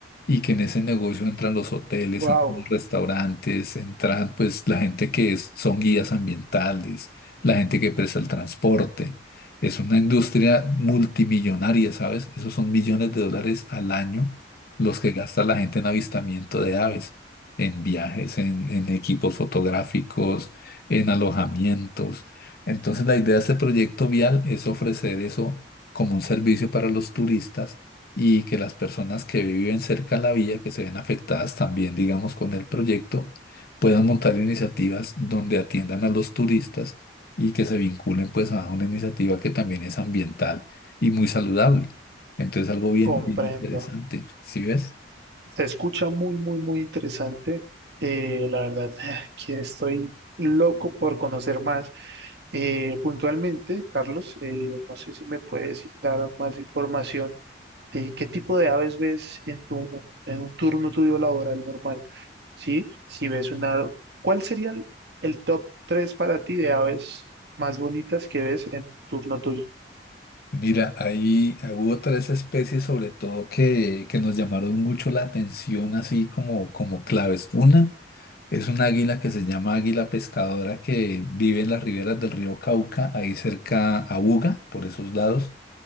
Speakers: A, on the left; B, on the right.
A: y que en ese negocio entran los hoteles,
B: wow,
A: entran los restaurantes, entran pues la gente que es- son guías ambientales, la gente que presta el transporte. Es una industria multimillonaria, ¿sabes? Esos son millones de dólares al año los que gasta la gente en avistamiento de aves, en viajes, en, en equipos fotográficos, en alojamientos. Entonces la idea de este proyecto vial es ofrecer eso como un servicio para los turistas y que las personas que viven cerca de la vía, que se ven afectadas también, digamos, con el proyecto, puedan montar iniciativas donde atiendan a los turistas y que se vinculen pues a una iniciativa que también es ambiental y muy saludable. Entonces algo bien,
B: comprendo.
A: bien interesante, ¿sí ves?
B: Se escucha muy, muy, muy interesante. Eh, la verdad <sighs> que estoy loco por conocer más. Eh, puntualmente, Carlos, eh, no sé si me puedes dar más información de qué tipo de aves ves en tu, en un turno tuyo laboral normal, ¿sí? Si ves una, ¿cuál sería el, el top 3 para ti de aves más bonitas que ves en un turno tuyo?
A: Mira, ahí ah, hubo tres especies sobre todo que, que nos llamaron mucho la atención así como, como claves. Una Es un águila que se llama águila pescadora que vive en las riberas del río Cauca, ahí cerca a Buga, por esos lados.